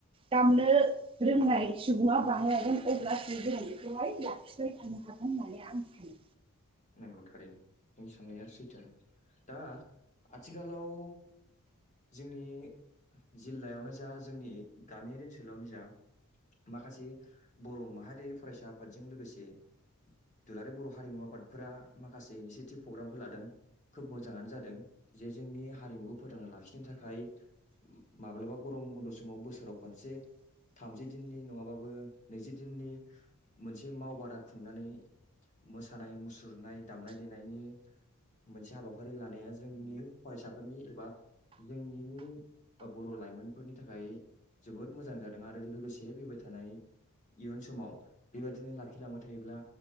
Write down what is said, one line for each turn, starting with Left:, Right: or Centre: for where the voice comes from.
Right: दामनो रोंनाय सुबुङा बारायगोन अब्लासो जों बेखौहाय लाखिबाय थानो हागोन होननानै आं सानो।
Left: नांगौ थारैनो नोंनि साननाया सैथोआनो। दा आथिखालाव जोंनि जिलायावनो जा जोंनि गामियारि ओनसोलावनो जा माखासे बर माहारियारि फरायसा आफादजों लोगोसे दुलाराय बर हारिमु आफाद फोरा माखासे इनिसियेटिभ प्रग्रामफोर लादों। खोब मोजाङानो जादों जे जोंनि हारिमुखौ फोथांना लाखिनो थाखाय माब्लाबा गरम बन्द समाव बोसोराव खनसे थामजि दिननि नङाबाबो नैजि दिननि मोनसे मावबादा खुंनानै मोसानाय मुसु रनाय दामनाय देनायनि मोनसे हाबाफारि लानाया जोंनि फरायसाफोरनि एबा जोंनि बर लाइमोनफोरनि थाखाय जोबोद मोजां जादों। आरो लोगोसे फैबाय थानाय इयुन समाव बेबायदिनो लाखिलांबाय थायोब्ला